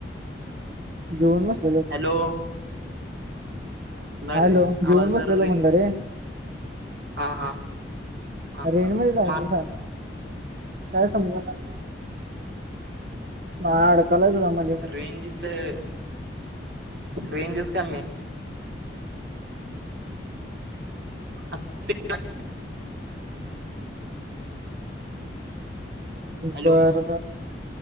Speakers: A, on the right (about 45°); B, on the right (about 65°).
A: जेवलास?
B: हॅलो. असला
A: हॅलो,
B: रे
A: जेवून
B: आवाज जरा
A: बसलेलो
B: रेंज
A: म्हनलरे.
B: हा हा हा
A: रेंजमध्येच आहे
B: मा
A: मी छान. काय समजणार, ह अडकला त होझ म्ह
B: रेंज इथं रेंजच कमी आहे. <unintelligible> हॅलो
A: बर बर,